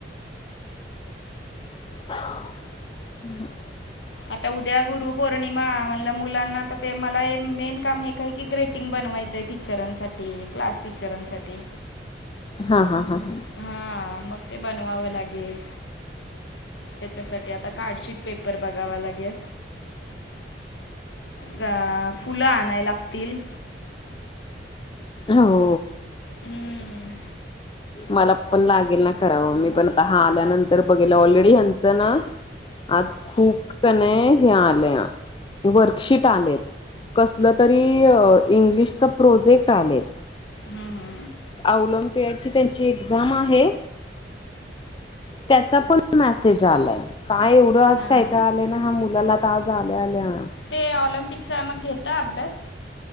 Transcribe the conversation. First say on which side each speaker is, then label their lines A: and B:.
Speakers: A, on the left; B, on the left.
A: <unintelligible>
B: आता उद्या गुरु पौर्णिमा म्हणल मुलांना आता ते मला मेन काम हे काय की ग्रेटिंग बनवायचंय टि सरांसाठी, क्लास टीचरांसाठी.
A: हा हा हा हा.
B: हा मग ते बनवावं लागेल त्याच्यासाठी आता कार्डशीट पेपर बघावा लागेल. गा फुलं आणाय लागतील?
A: हो.
B: हम्म.
A: मला पण लागेल ना करावं मी पण आता हा आल्यानंतर बघेल ऑलरेडी ह्यांचं ना आज खूप कनाय हे आलंया, वर्कशीट आलेत. कसलं तरी इंग्लिशच प्रोजेक्ट आलेत.
B: हां हां.
A: अवलंबपॅडची त्यांची एक्झाम आहे. त्याचा पण मेसेज आलाय काय एवढं आज
B: हां
A: काय
B: हां
A: काय आलय ना ह्या मुलाला तर आज आल्या आल्या.
B: ते ऑलिम्पिकचा मग घेता अभ्यास?